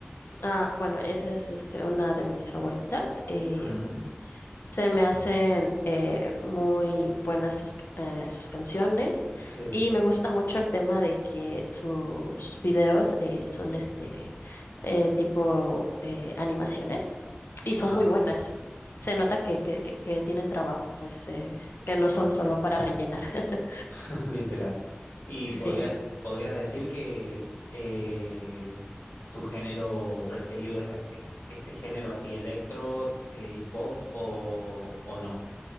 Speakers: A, on the left; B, on the left.
A: Ah, bueno, esa es, este, una de mis favoritas. Eh,
B: Ujú.
A: Se me hacen eh, muy buenas sus, eh, sus canciones
B: Sí.
A: y me gusta mucho el tema de que sus videos eh, son este eh, tipo eh, animaciones y
B: Ah,
A: son muy buenas.
B: mira,
A: Se nota que, que, que- que tienen trabajo, pues eh, que no
B: claro.
A: son solo para rellenar. <laughs>
B: <laughs> Literal. Y
A: Sí.
B: podrías, podrías decir que eh, tu género preferido es, es este género así, electro eh, y pop o, o no.